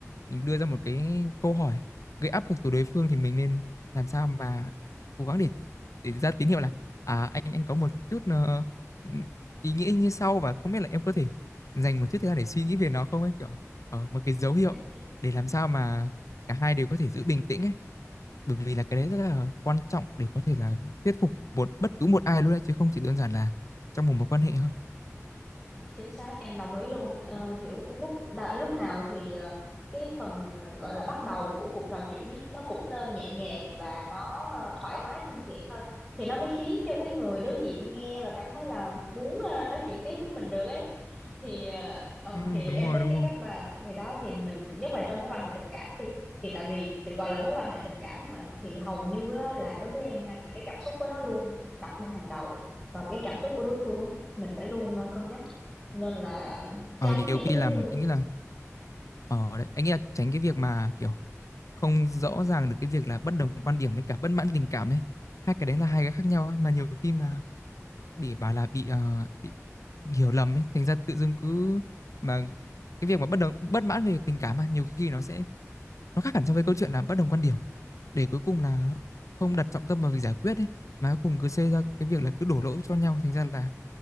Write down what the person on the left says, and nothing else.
mình đưa ra một cái câu hỏi gây áp lực từ đối phương thì mình nên làm sao mà cố gắng để để ra tín hiệu là à anh anh có một chút ờ, ừm, ý nghĩa như sau và không biết là em có thể dành một chút thời gian để suy nghĩ về nó không ấy kiểu ở một cái dấu hiệu
để làm sao mà cả hai đều có thể giữ bình tĩnh ấy bởi vì là cái đấy rất là quan trọng để có thể là thuyết phục một bất cứ một ai luôn đấy chứ không chỉ đơn giản là trong một mối quan hệ thôi
ừ,
đúng
rồi
đúng
rồi
ở nhiều
khi
làm
anh nghĩ là ở đấy anh nghĩ là tránh cái việc mà kiểu không rõ
ràng được cái việc là bất đồng quan điểm với cả bất mãn tình cảm ấy hai cái đấy là hai cái khác nhau ấy. mà nhiều khi mà bị bảo là bị, ờ, bị hiểu lầm ấy thành ra tự dưng cứ mà cái việc mà bất đồng bất mãn về tình cảm mà nhiều khi nó sẽ nó khác hẳn so với câu chuyện là bất đồng quan điểm để cuối cùng là không đặt trọng tâm vào việc giải quyết ấy mà cuối cùng cứ xây ra cái việc là cứ đổ lỗi cho nhau thành ra là